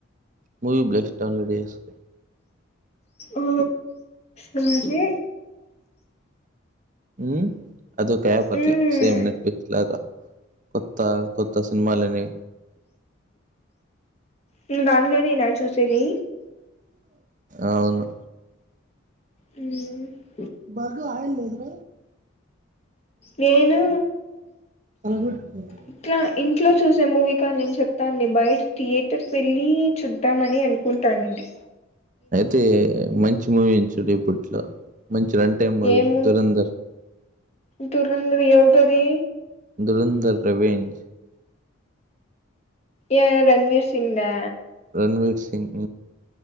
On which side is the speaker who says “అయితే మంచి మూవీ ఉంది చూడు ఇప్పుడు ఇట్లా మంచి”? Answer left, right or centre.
Right